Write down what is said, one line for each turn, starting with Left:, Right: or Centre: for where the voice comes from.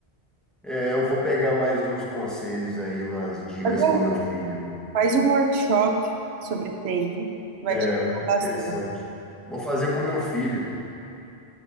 Centre: É, eu vou pegar mais uns conselhos aí, umas dicas
Right: Mas, é
Centre: com meu filho.
Right: Faz um workshop sobre TI, vai
Centre: É,
Right: te ajudar bastante.
Centre: interessante. Vou fazer com meu filho.